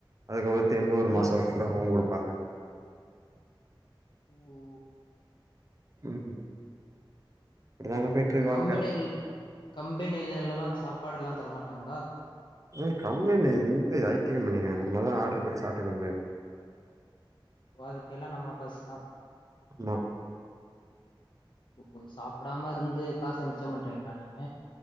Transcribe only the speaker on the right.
அதுக்கப்றோ திரும்பி ஒரு மாசோ
<unintelligible> குடுப்பாங்க
ம் இப்டிதாங்க போயிட்ருக்கு
வாழ்க்க
ம் கம்பெனி வந்து ஐடி கம்பெனிங்க நம்ம தா ஆர்ட்ரு போட்டு சாப்ட்டுக்கன்ங்க
ஆமா